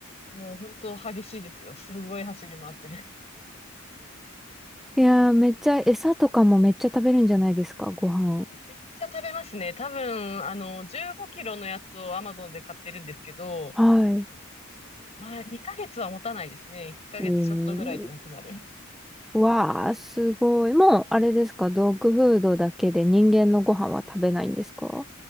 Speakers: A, on the left; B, in the centre.
A: もう本当激しいですよ。すごい走り回ってる。
B: いやー、めっちゃ、餌とかもめっちゃ食べるんじゃないですか、ご飯。
A: <laughs> めっちゃ食べますね。多分、あの、15キロのやつを Amazon で買ってるんですけど、
B: はい。
A: まあ、2ヶ月は持たないですね。1ヶ月ちょっとぐらいでなくなる。
B: おー。わー、すごい。もう、あれですか、ドッグフードだけで人間のご飯は食べないんですか